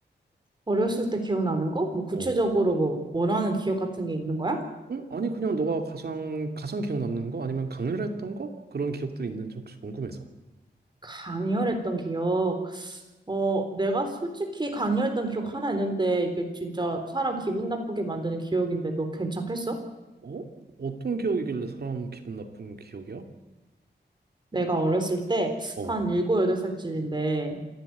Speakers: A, on the right; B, on the right.
A: 어렸을 때 기억나는 거? 뭐 구체적으로
B: 어.
A: 뭐 원하는 기억 같은 게 있는 거야?
B: 응? 아니, 그냥 너가 가장, 가장 기억 남는 거? 아니면 강렬했던 거? 그런 기억들이 있는지 혹시 궁금해서.
A: 강렬했던 기억. 어, 내가 솔직히 강렬했던 기억 하나 있는데 이게 진짜 사람 기분 나쁘게 만드는 기억인데 너 괜찮겠어?
B: 어? 어떤 기억이길래 사람 기분 나쁜 기억이야?
A: 내가 어렸을 때
B: 어.
A: 한 일곱 여덟 살쯤인데